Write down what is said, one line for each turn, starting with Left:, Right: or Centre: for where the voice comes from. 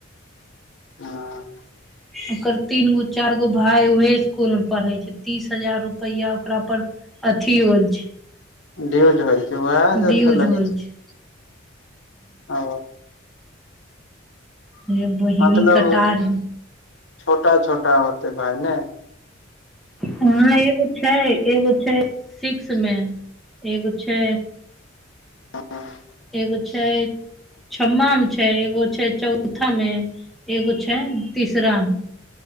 Left: हँ।
Centre: ओकर तीन गो चार गो भाय उहे इसकुल मे पढ़े छै तीस हजार रुपआ ओकरा पर अथी ओ छै।
Left: ड्यज होल छै उएह जल
Centre: ड्यूज
Left: त लगै
Centre: होल
Left: छै
Centre: छै
Left: ओ
Centre: हे बहिनी
Left: मतलब
Centre: कटार
Left: छोटा छोटा होतै भााय ने
Centre: ह एगो छै एगो छै सिक्स मे। एगो छै।
Left: हँ <inaudible>
Centre: एगो छै। छम्मा मे छै एगो छै चौथा मे एगो छै तीसरा मे।